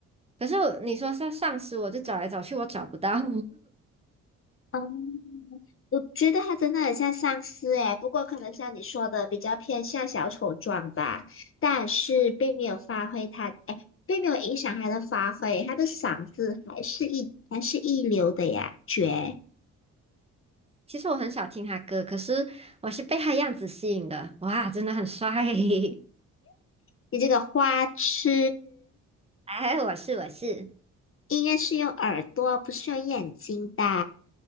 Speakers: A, on the right (about 20°); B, on the left (about 45°).
A: 可是我你说是丧尸，我就找来找去，我找不到。<laughs>
B: 嗯。我觉得他真的很像丧尸诶，不过可能像你说的比较偏向小丑状吧，但是并没有发挥他，诶，并没有影响他的发挥，他的嗓子还是一还是一流的呀，绝！
A: 其实我很少听他歌，可是我是被他样子吸引的。哇，真的很帅！<laughs>
B: 你这个花痴，
A: 哎，我是我是。
B: 音乐是用耳朵，不是用眼睛的。